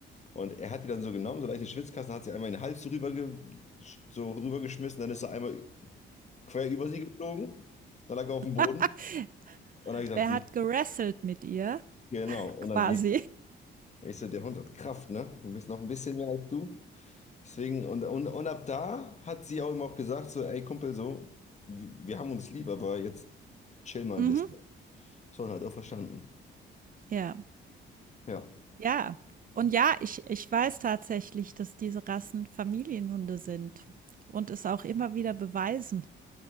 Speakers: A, on the left; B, on the right.
A: Und er hat die dann so genommen, so leichte Schwitzkasten, hat sie einmal in den Hals so rüber ge- so rübergeschmissen, dann ist er einmal quer über sie geflogen, dann lag er auf dem
B: <laughs>
A: Boden und dann habe ich gesagt,
B: Er
A: siehst
B: hat gerasselt mit ihr
A: du, genau. Und
B: quasi.
A: dann siehst du, ich so, der Hund hat Kraft, ne? Du bist noch ein bisschen mehr als du. Deswegen, und, und, und ab da hat sie auch ihm auch gesagt, so, ey Kumpel, so, wir wir haben uns lieb, aber jetzt chill mal
B: Mhm.
A: ein bisschen. So, und hat auch verstanden.
B: Ja,
A: Ja.
B: ja. Und ja, ich ich weiß tatsächlich, dass diese Rassen Familienhunde sind und es auch immer wieder beweisen.